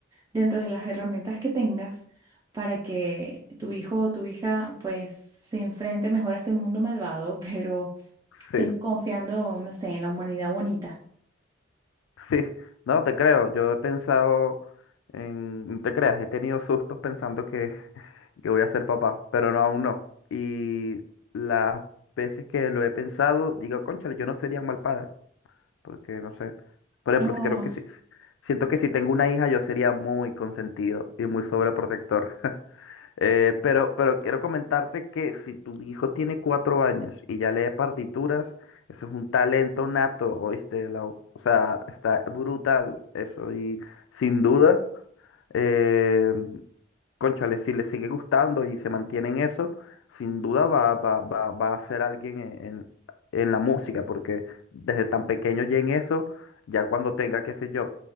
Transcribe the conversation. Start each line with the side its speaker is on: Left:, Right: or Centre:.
Right: dentro de las herramientas que tengas para que tu hijo o tu hija pues se enfrente mejor a este mundo malvado, <laughs> pero
Left: sí.
Right: siempre confiando, no sé, en la humanidad bonita.
Left: Sí, no te creo. Yo he pensado en, no te creas, he tenido sustos pensando que, que voy a ser papá, pero no, aún no. Y las veces que lo he pensado, digo, cónchale, yo no sería un mal padre, porque no sé. Por ejemplo,
Right: No,
Left: creo que si, si- siento que si tengo una hija, yo sería muy consentido y muy sobreprotector. Eh, pero, pero quiero comentarte que si tu hijo tiene cuatro años y ya lee partituras, eso es un talento nato, ¿oíste? Lau? o sea, está brutal eso. Y sin duda, eh, cónchale, si le sigue gustando y se mantiene en eso, sin duda va, va, va, va a ser alguien en, en- en la música, porque desde tan pequeño ya en eso, ya cuando tenga, qué sé yo,